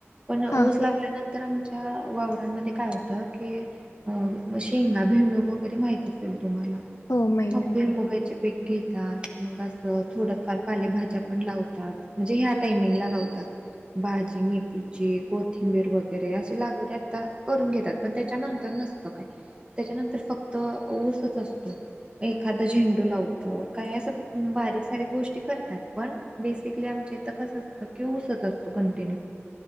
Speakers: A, on the right (about 20°); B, on the left (about 85°).
A: पण
B: हा
A: ओस
B: हा
A: लागल्यानंतर आ च्या वावरवरांमध्ये काय होतं की अ म शेंगा भिमुग वगैरे माहित असेल तुम्हाला
B: हो माहिती
A: मग
B: आहे
A: भिरमुगाचे पेक घेतात मग असं थोडंफार पालेभाज्या पण लावतात म्हणजे ह्या टाइमिंगला लावतात तत भाजी मेथीची कोथिंबीर वगैरे असे लागवड आता करून घेतात पण त्याच्यानंतर नसते का त्याच्यानंतर फक्त ऊसच असतो एखादा झेंडू लावतं काय असं बारीक सारीक गोष्टी करतात पण बेसिकली आमचे तकच असतं कि ऊसच असतो कंटिन्यू